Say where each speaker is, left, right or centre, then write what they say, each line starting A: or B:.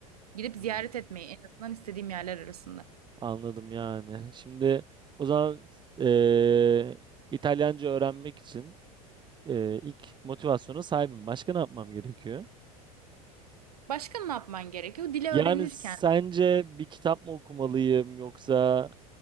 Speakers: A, on the right (about 85°); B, on the right (about 25°).
A: gidip ziyaret
B: Hı,
A: etmeyi en azından istediğim yerler arasında.
B: anladım yani. Şimdi o zaman ee, İtalyanca öğrenmek için ee, ilk motivasyona sahibim. Başka ne yapmam gerekiyor?
A: Başka ne yapman gerekiyor? Dili öğrenirken
B: Yani sence bir kitap mı okumalıyım yoksa